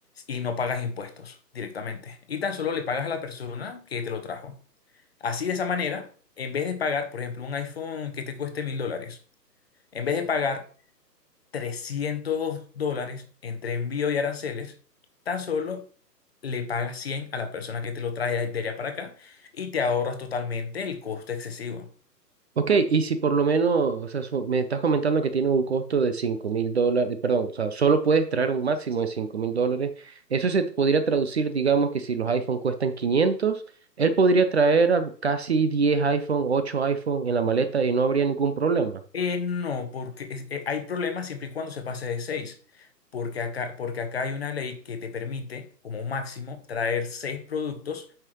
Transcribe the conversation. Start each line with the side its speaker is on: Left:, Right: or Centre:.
Left: y no pagas impuestos directamente. Y tan solo le pagas a la persona que te lo trajo. Así de esa manera, en vez de pagar, por ejemplo, un iPhone que te cueste mil dólares, en vez de pagar 300 dólares entre envío y aranceles, tan solo le pagas 100 a la persona que te lo trae de allá para acá y te ahorras totalmente el costo excesivo.
Right: Ok, y si por lo menos, o sea, so- me estás comentando que tiene un costo de cinco mil dólares, eh, perdón, o sea, solo puedes traer un máximo de cinco mil dólares. Eso se podría traducir, digamos, que si los iPhone cuestan 500, él podría traer al- casi 10 iPhone, 8 iPhone en la maleta y no habría ningún problema.
Left: Eh, no, porque es- eh, hay problemas siempre y cuando se pase de seis porque acá, porque acá hay una ley que te permite, como máximo, traer 6 productos